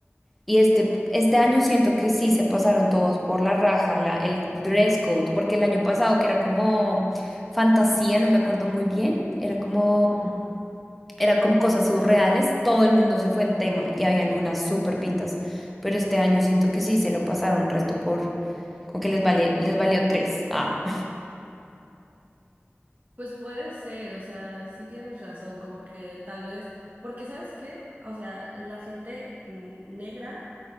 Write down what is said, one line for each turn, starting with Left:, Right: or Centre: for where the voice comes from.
Centre: Y este, este año siento que sí se pasaron todos por la raja, la, el dress code, porque el año pasado que era como fantasía, no me acuerdo muy bien, era como,
Right: Ujú.
Centre: era como cosas surreales, todo el mundo se fue en tema y habían unas súper pintas. Pero este año siento que sí se lo pasaron resto por, como que les vale, les valió tres. Ah.
Right: Pues puede ser, o sea, sí tienes razón, como que tal vez, porque ¿sabes qué? O sea, la gente mm, negra